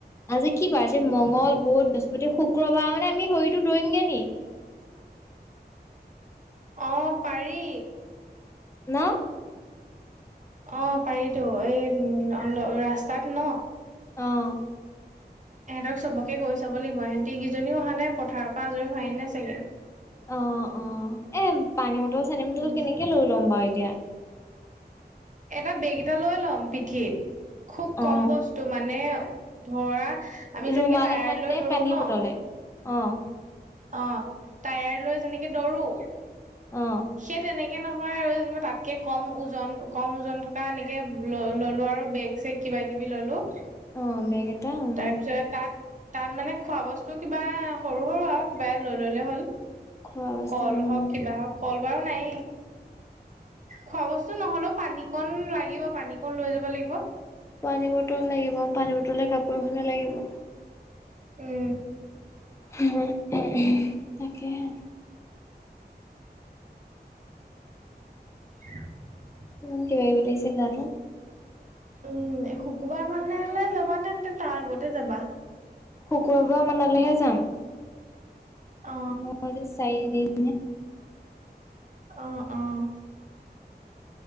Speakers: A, on the left (about 15°); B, on the right (about 45°).
A: আজি কি বাৰ আজি মংগ, বুধ, বৃহস্পতি, শুক্ৰবাৰ মানে আমি হৰিটো দৌৰিমগে নি
B: অ', পাৰি
A: ন
B: অ' পাৰিতো এই অ-ল- ৰাস্তাত ন
A: অ',
B: এহঁতক চবকে কৈ চাব লাগিব এহঁতিকেইজনীও অহা নাই পথাৰৰ পৰা আজৰি হোৱাই নাই চাগে
A: অ' অ' এ পানী বটল চানী বটল
B: উম,
A: কেনেকে লৈ লম বাৰু এতিয়া
B: এটা বেগ এটা লৈ ল'ম পিঠিত খুব
A: অ
B: কম বস্তু মানে ধৰা আমি
A: ৰুমাল
B: যেনেকে টায়াৰ
A: এখন
B: লৈ
A: নে
B: দৌৰো
A: পানী
B: ন
A: বটলে অ',
B: অ' টায়াৰ লৈ যেনেকে দৌৰো
A: অ
B: সেই তেনেকে নহয় -হয় আৰু যেনিবা তাতকে কম ওজন কম ওজন থকা এনেকে ল ল'লো আৰু বেগ ছেগ কিবা কিবি ললো
A: অ', বেগ এটা উম
B: তাৰপিছত তাত তাত মানে খোৱা বস্তু কিবা সৰু সৰু আৰু কিবা এ লৈ ললে হ'ল
A: খোৱা বস্তু
B: কল
A: উম
B: হওক কিবা হওক কল বাৰু নাই খোৱা বস্তু বস্তু নহ'লেও পানী কণ লাগিব পানী কণ লৈ যাব লাগিব
A: পানী বটল লাগিব পানী বটলে কাপোৰ এখনে লাগিব
B: উম
A: <unintelligible> তাকেহে
B: <unintelligible>
A: ইমান কিবা কিবি লাগিছে গা টো
B: উম শুকুৰবাৰ মানলে যাবা নে তাৰ আগতে যাবা
A: শুক্ৰবাৰ মানলেহে যাম
B: অ
A: মোৰ চায়িদিন
B: অ', অ'